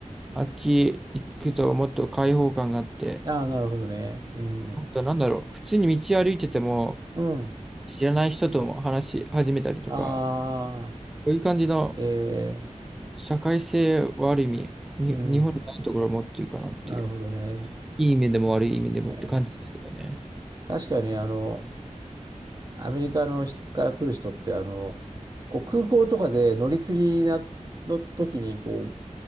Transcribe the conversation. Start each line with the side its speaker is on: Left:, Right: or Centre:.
Centre: あっち行くともっと開放感があって、
Right: ああ、なるほどね。うん、
Centre: あとなんだろう、普通に道歩いてても
Right: うん。
Centre: 知らない人とも話し始めたりとか、
Right: ああ、
Centre: そういう感じの
Right: えー、
Centre: 社会性はある意味、に日本にないところを持ってるかなっていう、
Right: うん、なるほどね。
Centre: いい意味でも悪い意味でもって感じですけどね。
Right: えー、確かに、あの、アメリカの人から来る人って、あの、こう空港とかで乗り継ぎな、の時に、こう、